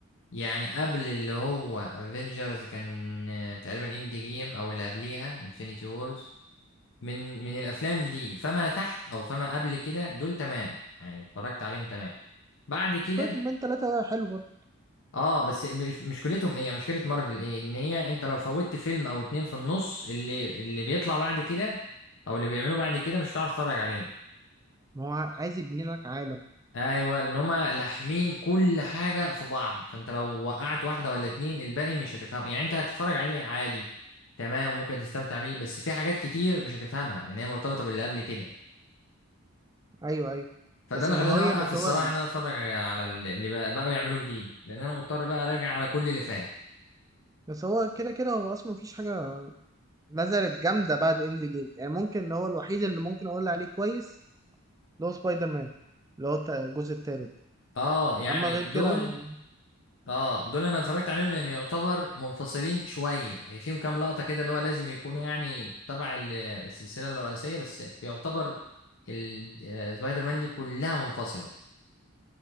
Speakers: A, on the left (about 60°); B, on the right (about 15°).
A: يعني قبل اللي هو افنجرز كان آه، تقريبا اند جيم او اللي قبليها انفينيتي وورز من من الافلام دي فما تحت او فما قبل كده دول تمام يعني اتفرجت عليهم تمام بعد كده
B: سبايدر مان 3 حلو برضه
A: اه بس مش مشكلتهم ايه يعني مشكلة مارفل ايه ان هي انت لو فوتت فيلم او اتنين في النص اللي اللي بيطلع بعد كده او اللي بيعملوه بعد كده مش هتعرف تتفرج عليه
B: ما هو عايز يبني لك عالم
A: ايوه لان هما لاحمين كل حاجة في بعض فانت لو وقعت واحدة ولا اتنين الباقي مش هتفهمه يعني انت هتتفرج عليه عادي تمام ممكن تستمتع بيه بس في حاجات كتير مش هتفهمها لان هي مرتبطة باللي قبل كده
B: ايوه ايوه
A: فده
B: بس
A: اللي
B: ما
A: خلاني
B: هو هي
A: اوقف
B: بس
A: الصراحة
B: هو ال-
A: ان انا اتفرج على اللي بقى- بقوا يعملوه جديد لان انا مضطر بقى اراجع على كل اللي فات
B: بس هو كده كده هو اصلا مفيش حاجه نزلت جامده بعد اند جيم يعني ممكن اللي هو الوحيد اللي ممكن اقول عليه كويس اللي هو سبايدر مان اللي هو الت- الجزء التالت
A: اه يعني
B: اما غير
A: دول
B: كده ما...
A: اه دول انا اتفرجت عليهم لان يعتبر منفصلين شويه يعني فيهم كام لقطه كده اللي هو لازم يكونوا يعني تبع ال- السلسله الرئيسيه بس يعتبر ال- آه، سبايدر مان دي كلها منفصله